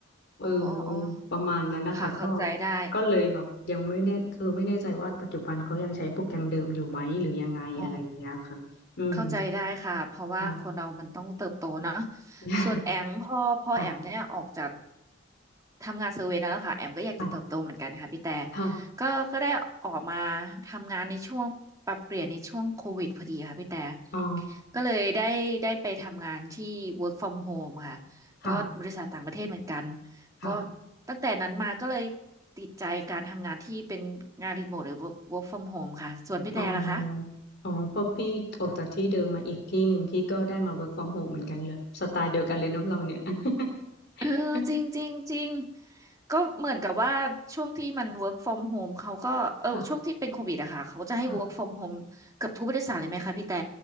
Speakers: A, on the left; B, on the right.
A: เออ
B: อ๋ออ๋ออ๋อ
A: ประมาณนั้นนะคะก็
B: ค่ะเข้าใจได้
A: ก็เลยแบบยังไม่แน่คือไม่แน่ใจว่าปัจจุบันเขายังใช้โปรแกรมเดิมอยู่ไหมหรือยังไงอะไรอย่างเงี้ยค่ะอืม
B: อ๋อ เข้าใจได้ค่ะเพราะว่าคนเรามันต้องเติบโตเนาะ
A: ค่ะ <laughs>
B: ส่วนแอมพ่อพ่อแอมเนี่ยออกจาก
A: ค่ะ
B: ทำงานเซอร์เวย์นั่นแหล้วค่ะแอมก็อยากจะเติบโตเหมือนกันค่ะพี่แต่
A: ค่ะค่ะ
B: ก็ก็ได้ออกมาทำงานในช่วงปรับเปลี่ยนในช่วงโควิดพอดีค่ะพี่แต่
A: อ๋อ
B: ก็เลยได้ได้ไปทำงานที่ work from home ค่ะ
A: ค่ะ
B: ก็บริษัทต่างประเทศเหมือนกัน
A: ค่ะ
B: ก็ตั้งแต่นั้นมาก็เลยติดใจการทำงานที่เป็นงานรีโมทหรือ work work from home ค่ะส่วนพี่แต่ล่ะคะ
A: อ๋ออ๋อเพราะพี่ออกจากที่เดิมมาอีกที่หนึ่งพี่ก็ได้มา work from home เหมือนกันเลย สไตล์เดียวกันเลยเนาะเราเนี่ย
B: เออจริงจริงจริง
A: <laughs>
B: ก็เหมือนกับว่าช่วงที่มัน work from home เขาก็เออช่วงที่เป็นโควิดอะค่ะเขาก็จะให้
A: ค่ะค่ะ
B: work from home เกือบทุกบริษัทเลยไหมคะพี่แต่